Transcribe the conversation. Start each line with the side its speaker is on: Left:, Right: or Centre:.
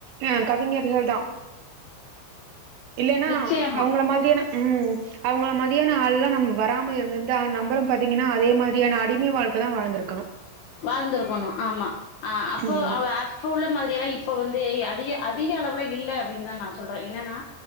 Right: அ கவிஞர்கள் தா இல்லைன்னா
Left: நிச்சயமா
Right: அவங்கள மாரியான ம் அவங்கள மாதிரியான ஆள்லா நம் வராம இருந்திருந்தா நம்மளு பாத்தீங்கன்னா அதே மாரியான அடிமை வாழ்க்கை தா வாழ்து இருப் க்கணு
Left: வாழ்ந்திருக்கணு ஆமா ஆ அப்போ
Right: ஆமா
Left: அவ ஆ ப்ப உள்ள மாதிரிய எல்லா இப்ப வந்து அதிக அதிக அளவுல இல்ல அப்டின்னுதா நா சொல்றே என்னன்னா